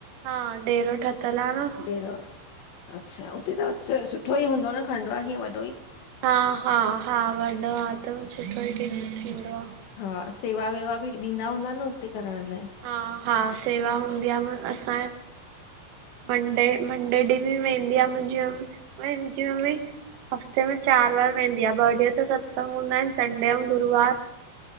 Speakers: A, on the right; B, on the left.
A: हा डेरो ठतल आ न।
B: डेरो अच्छा हुते त अच्छा सुठो ई हूंदो न खंडुवा कीअं व
A: हा-हा-हा वॾो आ त सुठो ई थी थींदो आ।
B: हा सेवा-वेवा बि ॾींदा हूंदा न हुते करणु लाये।
A: हा हा सेवा हुंदी आ न असांए हिते मंडे, मंडे ॾींहुं बि वेंदी आ मुहिंजी मम्मी, मुहिंजी मम्मी हफ़्ते में चारि वारु वेंदी आ, ॿ ॾिए त सत्संग हुंदा आहिनि संडे ऐं गुरुवार